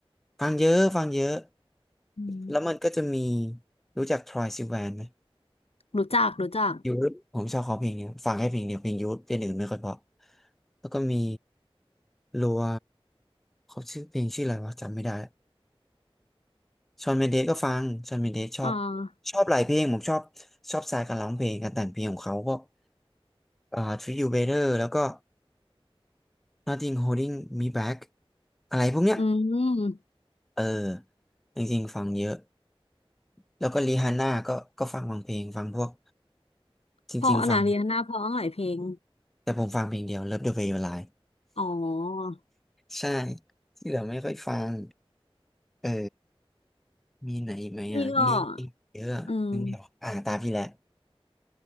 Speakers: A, in the centre; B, on the left (about 90°).
A: ฟังเยอะฟังเยอะ
B: อืม
A: แล้วมันก็จะมีรู้จัก Troye Sivan ไหม
B: รู้จักรู้จัก
A: ยูทผมชอบเขาเพลงเนี้ยฟังแค่เพลงเดียวเพลงยูทเพลงอื่นไม่ค่อยเพราะแล้วก็มีรัวเขาชื่อเพลงชื่ออะไรวะจำไม่ได้ชอนเมนเดสก็ฟังชอนเมนเดสชอบ
B: อ่า
A: ชอบหลายเพลงผมชอบชอบสไตล์การร้องเพลงการแต่งเพลงของเขาพวก็อ่า Treat You Better แล้วก็ Nothing Holding Me Back อะไรพวกเนี้ย
B: อืม
A: เออจริงๆฟังเยอะแล้วก็รีฮานน่าก็ก็ฟังบางเพลงฟังพวกจริงๆฟัง
B: เพราะอนาเรียนาเพราะหลายเพลง
A: แต่ผมฟังเพลงเดียว Love the Way You Lie
B: อ๋อ
A: ใช่ที่เหลือไม่ค่อยฟังเออมีไหนอีกไหมอ่ะมีอีกเยอะนึกไม่ออกอ่าตามพี่แหละ
B: นี่ก็อืม